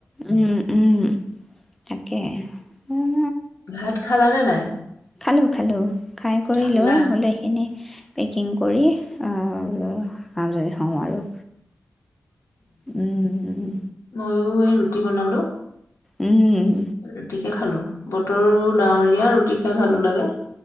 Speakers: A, in the centre; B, on the left (about 75°).
A: উম উম তাকে উম
B: ভাত খালানে নাই?
A: খালোঁ খালোঁ খাই কৰি
B: খালা
A: লৈ গোটেইখিনি পেকিং কৰি অ আজৰি হম আৰু। উম উম
B: ময়ো ৰুটি বনালো।
A: উম
B: ৰুটি কে খালো। বতৰো ডাৱৰীয়া ৰুটি খাই ভালো লাগে।